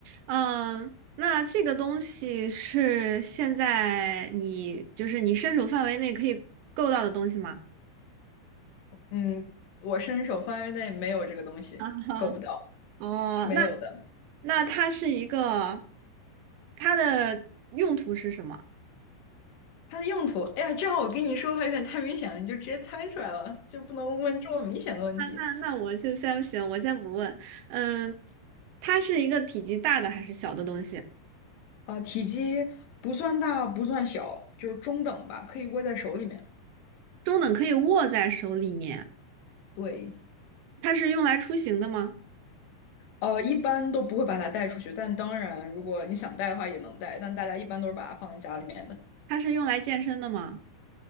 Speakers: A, on the right; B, on the left.
A: 嗯，那这个东西是现在你就是你伸手范围内可以够到的东西吗？
B: 嗯，我伸手范围内没有这个东西，
A: 啊 <laughs> 哈，
B: 够不到，
A: 哦，
B: 没有的。
A: 那那它是一个，它的用途是什么？
B: 它的用途，哎呀，正好我跟你说还有点太明显了，你就直接猜出来了，就不能问这么明显的问题。
A: 那那那我就先行，我先不问，嗯，它是一个体积大的还是小的东西？
B: 啊、体积不算大，不算小，就是中等吧，可以握在手里面。
A: 中等可以握在手里面，
B: 对。
A: 它是用来出行的吗？
B: 呃，一般都不会把它带出去，但当然，如果你想带的话也能带，但大家一般都是把它放在家里面的，
A: 它是用来健身的吗？